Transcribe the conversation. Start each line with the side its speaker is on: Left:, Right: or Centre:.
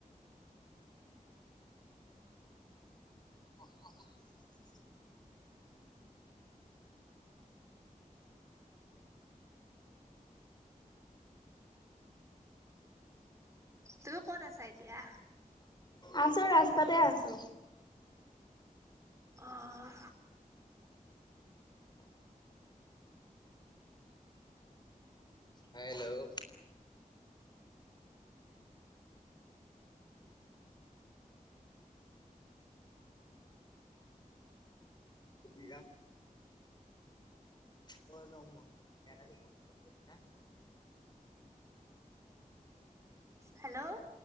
Left: <inaudible>
Right: তুমি ক'ত আছা এতিয়া?
Left: আছো ৰাস্তাতে আছো।
Right: অ'।
Left: হেল্ল'! বিঘা ক ল মই <unintelligible>
Right: হেল্ল'।